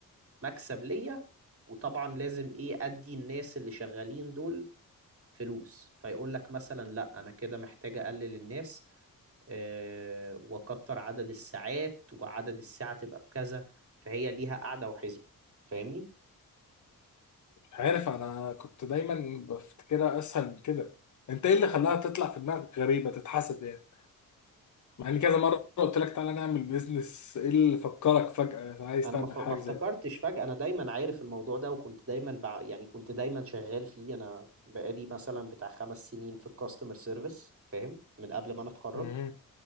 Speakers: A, on the right; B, on the left.
A: مكسب ليا وطبعا لازم إيه أدي الناس اللي شغالين دول فلوس فيقول لك مثلا لا أنا كده محتاج أقلل الناس آه، وكتر عدد الساعات وعدد الساعة تبقى بكذا فهي ليها قاعدة وحسبة فاهمني
B: عارف انا كنت دايما بفتكرها اسهل من كده انت ايه اللي خلاها تطلع في دماغك غريبه تتحسب يعني مع ان كذا مره قلت لك تعالى نعمل بيزنس ايه اللي فكرك فجاه عايز
A: انا
B: تعمل
A: ما ف- ما
B: حاجه
A: افتكرتش
B: زي دي
A: فجأة انا دايما عارف الموضوع ده وكنت دايما بع... يعني كنت دايما شغال فيه انا بقالي مثلا بتاع خمس سنين في الكاستمر سيرفيس فاهم من قبل ما انا اتخرج
B: مهم.